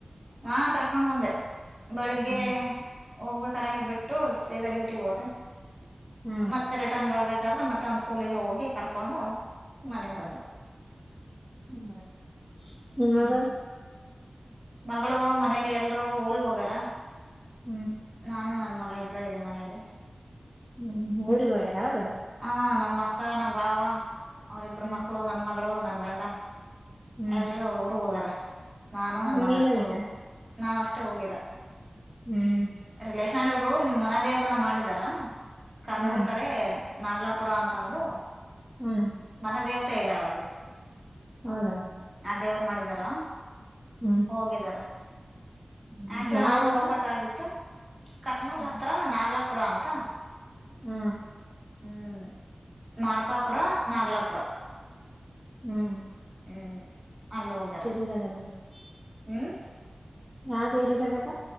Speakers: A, on the right (about 25°); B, in the centre.
A: ಹಾ ಕರ್ಕೊಂಡ್ ಬಂದೆ ಬೆಳಿಗ್ಗೇ
B: ಹ್ಮ್
A: ಹೋಗ್ಬೇಕಾರ ಹಂಗೆ ಬಿಟ್ಟು ಸೀದಾ ಡ್ಯೂಟಿಗೆ ಹೋದೆ.
B: ಹ್ಮ್
A: ಮತ್ತ ರಿಟರ್ನ್ ಬರ್ಬೇಕಾದ್ರೆ ಮತ್ತ ಅವ್ನ್ ಸ್ಕೂಲಿಗೆ ಹೋಗಿ ಕರ್ಕೊಂಡು ಮನೆಗ್ ಬಂದೆ.
B: <unintelligible> ನಿನ್ ಮಗಳು
A: ಹ್ಮ್ <inaudible> ಮಗಳು ಮನೇಲಿ ಎಲ್ರೂ ಊರಿಗ್ ಹೋಗ್ಯಾರ
B: ಹ್ಮ
A: ನಾನು ನನ್ ಮಗ ಇಬ್ಬ್ರೆ ಇದೆವಿ ಮನಯಲ್ಲಿ.
B: ಹ್ಮ್ ಊರಿಗ್ ಹೋಗ್ಯಾರ ಅವ್ರ್.
A: ಹಾ ನಮ್ಮ ಅಕ್ಕ ನಮ್ ಭಾವ ಅವರಿಬ್ಬರು
B: ಹ್ಮ್
A: ಮಕ್ಳು ನನ್ ಮಗಳು ನನ್ ಗಂಡ
B: ಹ್ಮ್
A: ಎಲ್ರೂ ಅವ ಊರಿಗೆ ಹೋಗ್ಯಾರ ನಾನು ನನ್
B: ಹ್ಮ್,
A: ಮಗಾ
B: ನೀನ್
A: ಅಷ್ಟೇ
B: ಹೋಗಿಲ್ಲ
A: ಹೋಗಿ ನಾವ ಅಷ್ಟೇ ಹೋಗಿಲ್ಲ.
B: ಹ್ಮ್ಮ್
A: ರಿಲೇಷನ್ ಅಲ್ಲಿ ಒಬ್ರು ಮನೆ ದೇವ್ರನ್ನ ಮಾಡಿದಾರಾ ಕರ್ನೂಲ್
B: ಹ್ಮ್
A: ಕಡೆ ಅದ ನಾಗ್ಲಪುರ ಅಂತಂದು
B: ಹ್ಮ
A: ಮನ ದೇವತೆ ಇದಾಳ ಅಲ್ಲಿ.
B: ಹೌದಾ.
A: ಆ ದೇವರ್ ಮಾಡಿದಾರ
B: ಹ್ಮ್
A: ಹೋಗಿದಾರ
B: ಹ್ಮ್
A: ಆಕ್ಚುಲಿ
B: ಯಾವ
A: ನಾನು
B: ಊರಕ್ಕ
A: ಹೋಗ್ಬೇಕಾಗಿತ್ತು ಕರ್ನೂಲ್
B: ಹ್ಮ್
A: ಹತ್ರ ನಾಗ್ಲಾಪುರ ಅಂತಾ
B: ಹ್ಮ
A: ಹ್ಮ ಮಾರ್ಕಾಪುರ ನಾಗ್ಲಾಪುರ
B: ಹ್ಮ್ಮ್.
A: ಹ್ಮ್ ಅಲ್ಲ್ ಹೊಗ್ಯಾರ
B: ಇರೋದಲ್ಲಿ
A: <inaudible> ಹ್ಮ್.
B: ಯಾವ್ ದೇವರ್ ಇರೊದಕಾ